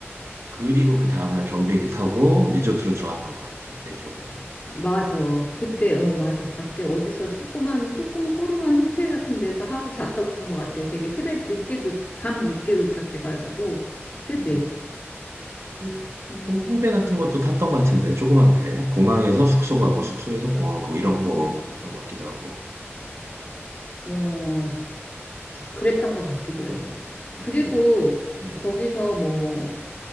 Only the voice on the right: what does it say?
그리고 그 다음날 경비행기 타고 리조트로 들어갔던 것 같아. 내 기억으로는.
음.
음, 음. 그
홍콩배 같은 것도 탔던 것 같은데 조그만 배. 공항에서 숙소 가고 숙소에서 공항 가고 이런 거였던 것 같기도 하고.
음,
음. 아무튼.
예.